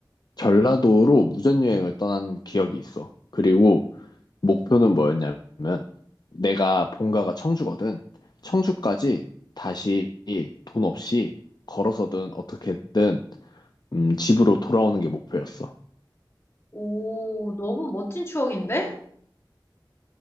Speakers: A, on the left (about 55°); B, on the left (about 30°).
A: 전라도로 무전여행을 떠난 기억이 있어. 그리고 목표는 뭐였냐면 내가 본가가 청주거든. 청주까지 다시 돈 없이 걸어서든 어떻게든 음, 집으로 돌아오는 게 목표였어.
B: 오, 너무 멋진 추억인데?